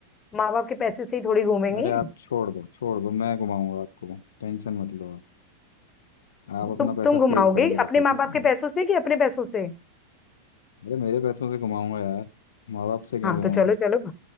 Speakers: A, on the left; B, on the left.
A: माँ बाप के पैसे से ही थोड़ी घूमेंगे
B: अरे आप छोड़ दो छोड़ दो मैं घुमाऊंगा आपको टेंशन मत लो आप आप अपना
A: तुम
B: पैसा
A: तुम घुमाओगे
B: सेव करके
A: अपने
B: रखो ठीक
A: माँ बाप के
B: है
A: पैसों से कि अपने पैसों से
B: अरे मेरे पैसों से घुमाऊंगा यार माँ बाप से क्यों
A: हाँ
B: लूंगा
A: तो चलो चलो ना